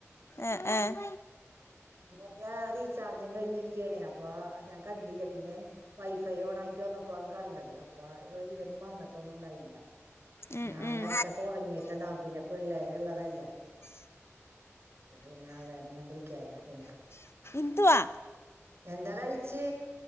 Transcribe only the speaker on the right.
പിന്നെ റീചാർജും കഴിഞ്ഞിരിക്കാണെഅ പ്പൊ ഞാൻ കണ്ടില്ല പിന്നെ ൻ വൈഫൈ ഓൺ ആക്കി വന്നപ്പോണ് കണ്ടത് അപ്പ ഇവനും. വന്നിട്ടൊന്നും ണ്ടായില്ല
ഞാൻ
നേരത്തെ കൊറങ്ങിക്കാണ് അബിനെ പിന്നെ പിള്ളേർക്കെള്ളതല്ലേ. പിന്നെ അതാര്ന്ന് ഞാൻ വിളിക്കഞ്ഞ പിന്നെ.
എന്താ കഴിചെ?